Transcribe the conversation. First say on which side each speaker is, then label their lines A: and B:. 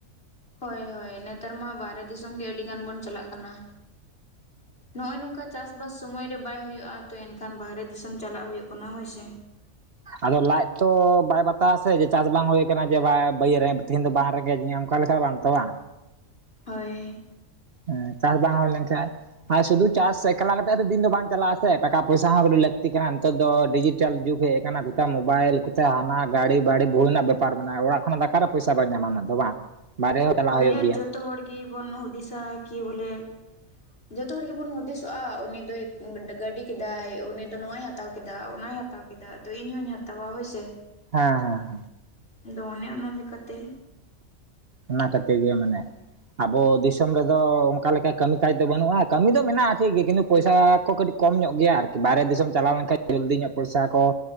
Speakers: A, on the left; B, on the right.
A: ᱦᱳᱭ, ᱦᱳᱭ, ᱱᱮᱛᱟᱨ ᱢᱟ ᱵᱟᱦᱨᱮ ᱫᱤᱥᱚᱢ ᱜᱮ ᱟᱹᱰᱤ ᱜᱟᱱ ᱵᱚᱱ ᱪᱟᱞᱟᱜ ᱠᱟᱱᱟ᱾ ᱱᱚᱜᱼᱚᱭ ᱱᱚᱝᱠᱟ ᱪᱟᱥ ᱵᱟᱥ ᱥᱳᱢᱚᱭ ᱨᱮ ᱵᱟᱭ ᱦᱩᱭᱩᱜᱼᱟ, ᱛᱚ ᱮᱱᱠᱷᱟᱱ ᱵᱟᱹᱨᱦᱮ ᱫᱤᱥᱚᱢ ᱪᱟᱞᱟᱜ ᱦᱩᱭᱩᱜ ᱠᱟᱱᱟ ᱦᱳᱭ ᱥᱮ,
B: ᱟᱫᱚ ᱞᱟᱡᱽ ᱛᱚ ᱵᱟᱭ ᱵᱟᱛᱟ ᱟᱥᱮ ᱡᱮ ᱪᱟᱥ ᱵᱟᱝ ᱦᱩᱭ ᱠᱟᱱᱟ, ᱡᱮ ᱵᱟᱸ ᱵᱟᱹᱭᱟᱹ ᱨᱮ ᱛᱤᱦᱤᱧ ᱫᱚ ᱵᱟᱝ ᱨᱮᱸᱜᱮᱡᱽᱡᱤᱧᱟᱹ, ᱚᱱᱠᱟ ᱞᱮᱠᱟ ᱵᱟᱝ ᱛᱚ ᱵᱟ?
A: ᱦᱳᱭ,
B: ᱦᱮᱸ ᱪᱟᱥ ᱵᱟᱝ ᱦᱩᱭ ᱞᱮᱱ ᱠᱷᱟᱱᱡ ᱟᱨ ᱥᱩᱫᱩ ᱪᱟᱥ ᱮᱠᱟᱞᱟ ᱠᱟᱛᱮ ᱦᱚᱛ ᱫᱤᱱ ᱫᱚ ᱵᱟᱝ ᱪᱟᱞᱟᱜᱼᱟ ᱥᱮ, ᱴᱟᱠᱟ ᱯᱚᱭᱥᱟ ᱦᱚᱸ ᱠᱟᱹᱴᱤᱡ ᱞᱟᱹᱠᱛᱤ ᱠᱟᱱᱟ, ᱱᱮᱛᱟᱨ ᱫᱚ ᱰᱤᱡᱤᱴᱟᱞ ᱡᱩᱜᱽ ᱦᱮᱡ ᱠᱟᱱᱟ ᱜᱚᱛᱟ ᱢᱳᱵᱟᱭᱤᱞ ᱠᱚᱛᱮ ᱦᱟᱱᱟ ᱜᱟᱲᱤ ᱵᱟᱹᱲᱤ ᱵᱷᱩᱣᱤ ᱨᱮᱱᱟᱜ ᱵᱮᱯᱟᱨ ᱢᱮᱱᱟᱜᱼᱟ ᱢᱮᱱᱟᱼᱟ, ᱚᱲᱟᱜ ᱠᱷᱚᱱᱟᱜ ᱫᱚ ᱚᱠᱟᱨᱮ ᱯᱚᱭᱥᱟ ᱵᱟᱹ ᱧᱟᱢᱟ ᱩᱱᱟᱹᱜ ᱫᱚ ᱵᱟᱝ, ᱵᱟᱨᱦᱮ ᱦᱚᱸ ᱪᱟᱞᱟᱜ
A: ᱦᱳᱭ,
B: ᱦᱩᱭᱩᱜ
A: ᱟᱹᱨ
B: ᱜᱮᱭᱟ
A: ᱡᱚᱛᱚ ᱦᱚᱲ ᱜᱤ ᱵᱚᱱ ᱦᱩᱫᱤᱥᱟ ᱠᱤ ᱵᱚᱞᱮ, ᱡᱚᱛᱚ ᱦᱚᱲ ᱜᱤ ᱵᱚᱱ ᱦᱩᱫᱤᱥᱚᱜᱼᱟ, ᱩᱱᱤ ᱫᱚᱭ ᱜᱟᱹᱰᱤ ᱠᱮᱫᱟᱭ, ᱩᱱᱤ ᱫᱚ ᱱᱚᱣᱟᱭ ᱦᱟᱛᱟᱣ ᱠᱮᱫᱟ ᱚᱱᱟᱭ ᱦᱟᱛ ᱛᱟᱣ ᱠᱮᱫᱟ ᱟᱫᱚ ᱤᱧ ᱦᱚᱧ ᱦᱟᱛᱟᱣᱟ, ᱦᱳᱭ ᱥᱮ
B: ᱦᱮᱸ, ᱦᱮᱸ,
A: ᱟᱫᱚ ᱚᱱᱮ ᱚᱱᱟ ᱞᱮᱠᱟᱛᱮ,
B: ᱚᱱᱟ ᱠᱟᱛᱤ ᱜᱮ ᱢᱟᱱᱮ, ᱟᱵᱚ ᱫᱤᱥᱚᱢ ᱨᱮᱫᱚ ᱚᱱᱠᱟ ᱞᱮᱠᱟ ᱠᱟᱹᱢᱤ ᱠᱟᱡᱽ ᱫᱚ ᱵᱟᱹᱱᱩᱜᱼᱟ, ᱠᱟᱹᱢᱤ ᱫᱚ ᱢᱮᱱᱟᱜᱼᱟ ᱴᱷᱤᱠ ᱜᱮ ᱠᱤᱱᱛᱩ ᱯᱚᱭᱥᱟ ᱠᱚ ᱠᱟᱹᱴᱤᱡ ᱠᱚᱢ ᱧᱚᱜ ᱜᱮᱭᱟ ᱟᱨᱠᱤ, ᱵᱟᱦᱨᱮ ᱫᱤᱥᱚᱢ ᱪᱟᱞᱟᱣ ᱞᱮᱱᱠᱟᱱ ᱡᱟᱹᱞᱫᱤ ᱧᱚᱜ ᱯᱚᱭᱥᱟ ᱠᱚ